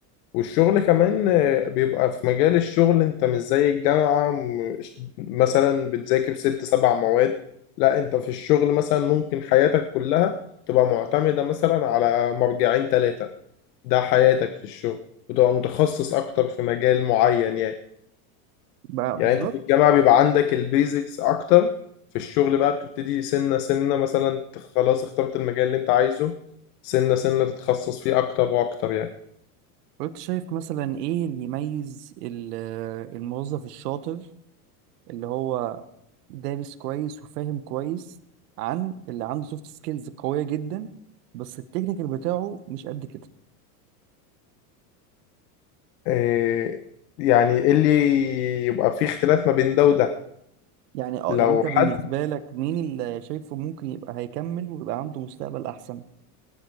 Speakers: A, on the left; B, on the right.
A: والشغل كمان آه، بيبقى في مجال الشغل انت مش زي الجامعة م- ش- مثلا بتذاكر ست سبع مواد لا انت في الشغل مثلا ممكن حياتك كلها تبقى معتمدة مثلا على مرجعين ثلاثة ده حياتك في الشغل وتبقى متخصص اكتر في مجال معين يعني
B: بقى
A: يعني
B: بالظبط
A: انت في الجامعة بيبقى عندك البيزكس اكتر في الشغل بقى بتبتدي سنة سنة مثلا خلاص اخترت المجال اللي انت عايزه سنة سنة تتخصص فيه اكتر واكتر يعني
B: وانت شايف مثلا ايه اللي يميز ال- الموظف الشاطر اللي هو دارس كويس وفاهم كويس عن اللي عنده سوفت سكيلز قوية جدا بس التكنيكال بتاعه مش قد كده
A: إيه يعني ايه اللي يبقى فيه اختلاف ما بين ده وده
B: يعني اه
A: لو
B: يعني انت
A: حد
B: بالنسبة لك مين اللي شايفه ممكن يبقى هيكمل ويبقى عنده مستقبل احسن